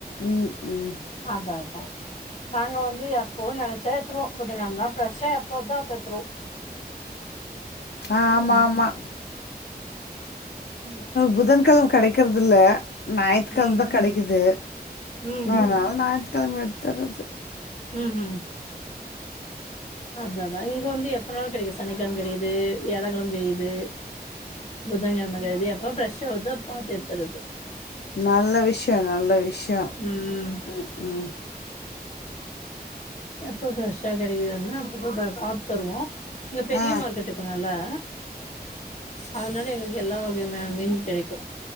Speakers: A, on the left; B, on the left.
A: ம் ம்
B: அதா அதா நாங்க வந்து எப்பவு நெனச்சா <unintelligible> ஃப்ரெஷா எப்போ வர்தோ <unintelligible>
A: ஆ
B: ம்
A: ஆமா ஆமா
B: ம்
A: புதன்கெழம கெடைக்கற்தில்ல ஞாயித்துக்கெழம
B: ம்
A: தா கெடைக்குது
B: ம் ம்
A: அதனால ஞாயித்துக்கெழம எடுத்துர்றது
B: ம் ம் அதா அதா இங்க வந்து எப்பனாலும் கெடைக்குது சனிக்கெழம கெடைக்குது வியாழக்கெழம கெடைக்குது புதங்கெழம கெடைக்குது எப்போ ஃப்ரெஷ்ஷா வர்தோ அப்போ பாத்து எடுத்துர்றது
A: நல்ல விஷ்யோ நல்ல விஷ்யோ
B: ம்
A: ம் ம்
B: எப்போ ப்ரெஷ்ஷா கெடைக்குதுன்னு அப்ப பாத்தருவோம் இங்க பெரிய
A: ஆ
B: மார்க்கெட்டிருக்குன்னல்லா அதனால எங்களுக்கு எல்லா வகையான மீன் கெடைக்கும்